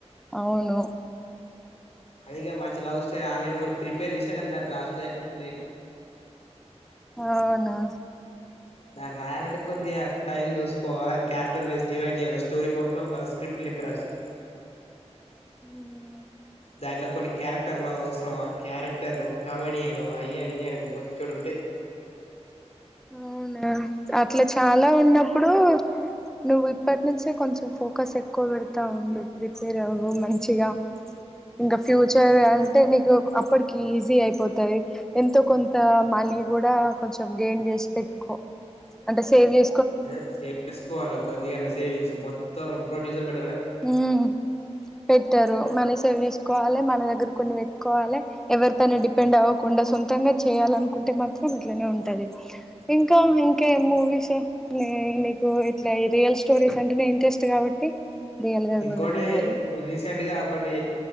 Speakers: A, in the centre; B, on the left (about 65°).
A: అవును
B: అందుకే మంచి లవ్ స్టోరీ ఆల్రెడీ ఒకటి ప్రిపేర్ చేస్తే గానీ దాన్ని రాసుడే లేట్
A: అవునా
B: దాన్ని రాయాలంటే కొద్దిగా టైం చూసుకోవాలి క్యారెక్టవైజ్ డివైడ్ చేయాలి స్టోరి మొత్తం ఒక స్క్రిప్ట్ లెక్క రాసి
A: ఉమ్
B: దాంట్లో కొన్ని క్యారెక్టర్లు అవసరం ఆ క్యారెక్టర్లు కామెడియన్ అయ్యని ఇయ్యని బొచ్చెడు ఉంటయి
A: అవునా అట్ల చాలా ఉన్నప్పుడు నువ్వు ఇప్పటి నుంచే కొంచెం ఫోకస్ ఎక్కువ పెడతా ఉండు ప్రిపేర్ అవు మంచిగా ఇంకా ఫ్యూ చరు అంటే నీకు అప్పటికి ఈజీ అయిపోతది ఎంతో కొంత మనీ కూడా కొం చం గెయిన్ చేసిపెట్టుకో అంటే సేవ్ చే
B: అదే సేవ్ చేసుకోవాలి కొద్దిగన్న సేవింగ్స్ మొత్తం ప్రొడ్యూసర్ పె
A: ఉమ్ పెట్టరు మనిస్ సేవ్ చేసుకోవాలె మన దగ్గర కొన్ని పెట్టుకోవాలె ఎవరి పైన డిపెండ్ అవ్వకుండా సొంతంగా చేయాలనుకుంటె అంటే మాత్రం ఇట్లనే ఉంటది ఇంకా ఇంకే మూవీస్ నీ నీకు ఇట్లా రియల్ స్టోరీస్ అంటేనే ఇంట్రెస్ట్ కాబట్టి రియల్ గా
B: ఇంకోటి
A: కూడా తీయాలి
B: రీసెంట్ గా ఒకటి